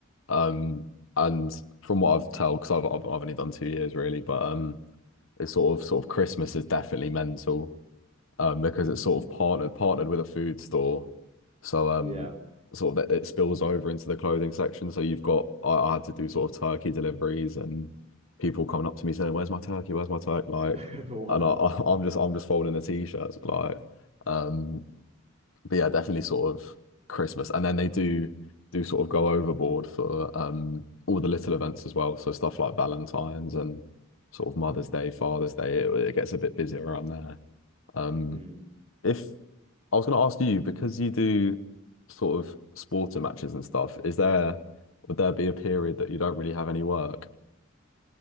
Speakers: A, on the left (about 70°); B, on the right (about 30°).
A: um and from what I've tell, because I've, I've I've only done two years really but um it's sort of sort of Christmas is definitely mental um, because
B: <laughs>
A: it's sort of partnered partnered with a food store, so um
B: Yeah.
A: sort of that it spills over into the clothing section. So you've got I, I had to do sort of turkey deliveries and people coming up to me saying, "Where's my turkey? Where's my turkey?" Like,
B: <laughs> Wow.
A: and I, <laughs> I I'm just I'm just folding the t-shirts like. Um, but yeah, definitely sort of Christmas. And then they do do sort of go overboard for um all the little events as well. So stuff like Valentine's and sort of Mother's Day, Father's Day, it, it gets a bit busier around there. Um,
B: Hmm.
A: if I was going to ask you, because you do sort of sporting matches and stuff, is there would there be a period that you don't really have any work?